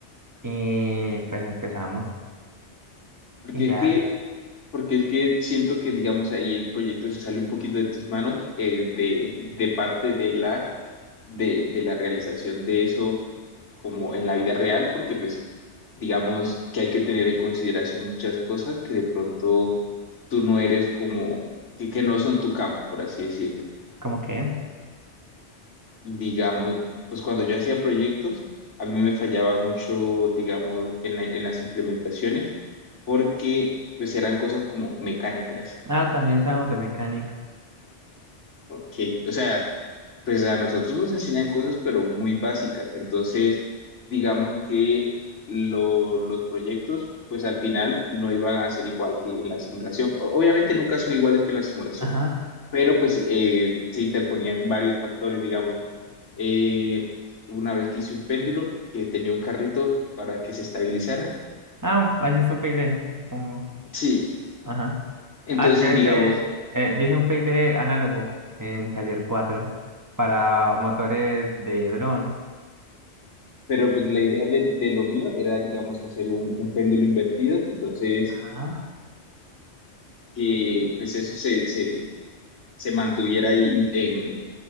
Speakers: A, on the right; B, on the left.
A: Y pues empezamos.
B: Porque
A: Y ya,
B: es que Porque es que siento que, digamos, ahí el proyecto se sale un poquito de tus manos, eh, de, de parte de la, de, de la realización de eso como en la vida real, porque pues, digamos que hay que tener en consideración muchas cosas que de pronto tú no eres como, que, que no son tu campo, por así decirlo.
A: como que,
B: Digamos, pues cuando yo hacía proyectos, a mí me fallaba mucho, digamos, en la- en las implementaciones, porque pues eran cosas como mecánicas.
A: ah, también sabemos de mecánica.
B: Ok, o sea, pues a nosotros nos enseñan cosas, pero muy básicas. Entonces, digamos que lo- los proyectos, pues al final no iban a ser igual que en la simulación. O- Obviamente nunca son iguales que en la simulación,
A: Ajá.
B: pero pues eh, se interponían varios factores, digamos. Eh, una vez que hice un péndulo que tenía un carrito para que se estabilizara.
A: Ah, un- así es un PID, supongo.
B: Sí,
A: Ajá.
B: entonces
A: Ah, yo
B: digamos,
A: hice, eh, yo hice un PID análogo en taller 4 para motores de dron.
B: pero pues la idea de, de lo mío era, digamos, hacer un, un péndulo invertido. Entonces
A: Ajá.
B: que pues eso se, se, se mantuviera ahí en